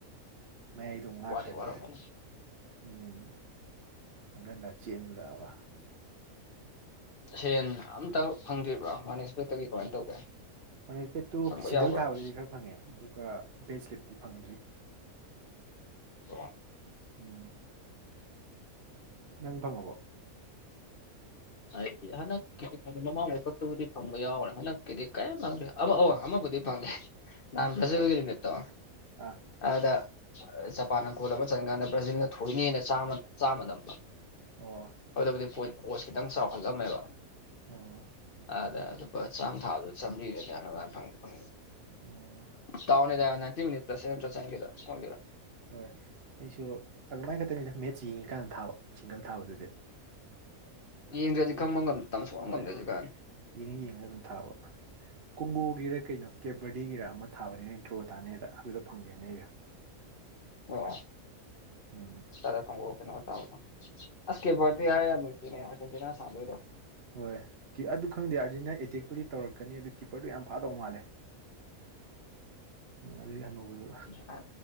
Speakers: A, on the right; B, on the left.
A: ꯃꯌꯥꯏꯗꯣꯨꯛ ꯉꯥꯛꯈ꯭ꯔ
B: ꯋꯥꯗꯤ ꯋꯥꯔꯝꯒꯅꯤ
A: ꯂꯣꯏꯔꯦ ꯎꯝ ꯍꯪꯒꯟꯗ ꯆꯦꯟꯂꯛꯑꯕ
B: ꯁꯦꯟ ꯑꯝꯇ ꯐꯪꯗ꯭ꯔꯤꯕ꯭ꯔꯥ ꯋꯥꯅꯦꯁꯄꯦꯛꯇꯒꯤ ꯀꯃꯥꯏꯅ ꯇꯧꯒꯦ
A: ꯑꯣꯅꯦꯜ ꯄꯦꯗꯠꯇꯨ
B: ꯐꯪꯕ
A: ꯁꯤꯡꯒꯜ
B: ꯌꯥꯎꯈ꯭ꯔꯕ
A: ꯊꯥꯕꯗꯗꯤ ꯈꯔ ꯐꯪꯉꯦ ꯑꯗꯨꯒ ꯕꯦꯗ ꯁ꯭ꯂꯤꯞꯇꯤ ꯐꯪꯗ꯭ꯔꯤ
B: ꯑꯣ
A: ꯎꯝ ꯅꯪ ꯐꯪꯉꯕꯣ
B: ꯑꯩꯗꯤ ꯍꯟꯗꯛꯀꯤꯗꯤ ꯐꯪꯗꯦ ꯃꯃꯥꯡ ꯄꯣꯠꯇꯨꯕꯨꯗꯤ ꯐꯪꯕ ꯌꯥꯎꯔ꯭ꯔꯦ ꯍꯟꯗꯛꯀꯤꯗꯤ ꯀꯔꯤꯝ ꯐꯪꯗ꯭ꯔꯦ ꯑꯃꯛ ꯑ ꯑꯃꯕꯨꯗꯤ ꯐꯪꯉꯦ ꯅꯍꯥꯟ ꯐꯖꯕꯦꯜꯒꯤ
A: ꯑꯣ
B: ꯅꯨꯃꯤꯠꯇꯣ
A: ꯑꯥ
B: ꯑꯗ ꯖꯄꯥꯟꯅ ꯀꯣꯜ ꯑꯃ ꯆꯪꯀꯥꯟꯗ ꯕ꯭ꯔꯥꯖꯤꯜꯅ ꯊꯣꯏꯅꯦꯅ ꯆꯥꯝꯃ ꯅꯝꯕ
A: ꯑꯣ
B: ꯑꯗꯨꯕꯨꯗꯤ ꯄꯣꯠ ꯑꯣꯁ ꯈꯤꯇꯪ ꯆꯥꯎꯈꯠꯂꯝꯃꯦꯕ
A: ꯑꯣ
B: ꯑꯗ ꯑꯗꯨ ꯍ ꯆꯥꯝ ꯊꯥꯕꯗ ꯆꯥꯝꯔꯤꯒ ꯀ ꯐꯪꯦ ꯐꯪꯦ
A: ꯑꯣ
B: ꯇꯥꯎꯅꯤꯗ ꯅꯥꯏꯟꯇꯤ ꯃꯤꯅꯤ ꯔꯁꯦꯟ ꯆꯪꯗ ꯍꯒꯗ
A: ꯍꯣꯏ ꯑꯩꯁꯨ ꯑꯗꯨꯃꯥꯏꯅ ꯈꯛꯇꯅꯤꯗ ꯃꯦꯠꯁ ꯌꯦꯡꯉꯤꯀꯥꯟꯗ ꯊꯥꯕ ꯁꯤꯡꯒꯜ ꯊꯥꯕꯗꯨꯗꯤ
B: ꯎ ꯌꯦꯡꯗ꯭ꯔꯗꯤ
A: ꯌꯦ-
B: ꯈꯪꯕ ꯉꯝ ꯁꯣꯛꯕ
A: ꯍꯣꯏ
B: ꯉꯝꯗ꯭ꯔꯁꯨ ꯀꯥꯏ
A: ꯌꯦꯡꯉ ꯌꯦꯡꯉꯒ ꯑꯗꯨꯝ ꯊꯥꯕ ꯀꯣꯡꯒꯣꯒꯤꯔ ꯀꯩꯅꯣ ꯀꯦꯕꯔꯗꯤꯒꯤꯔ ꯑꯃ ꯊꯥꯕꯅꯤꯅꯦ ꯇ꯭ꯔꯣ ꯇꯥꯅꯦꯗ ꯑꯗꯨꯗ ꯐꯪꯒꯦꯕꯅꯦ ꯑꯩꯣ
B: ꯑꯣ
A: ꯎꯝ
B: ꯆꯔꯦꯗ ꯑꯁ ꯀꯦꯕꯔꯗꯤ ꯍꯥꯏ ꯅꯨꯡꯁꯤꯅꯦꯅ ꯁꯥꯟꯗꯣꯏꯗꯣ
A: ꯍꯣꯏ ꯑꯗꯨ ꯈꯪꯗꯦ ꯑꯥꯔꯖꯤꯟꯇ ꯑꯦꯇꯦꯛꯄꯨꯗꯤ ꯇꯧꯔꯛꯀꯅꯤ ꯑꯗꯨ ꯀꯤꯄꯔꯗꯨ ꯌꯥꯝ ꯐꯥꯗꯧ ꯃꯥꯜꯂꯦ ꯎꯝ ꯑꯗꯨꯗꯒꯤ ꯑꯅꯧꯕꯗꯨ
B: ꯐꯦ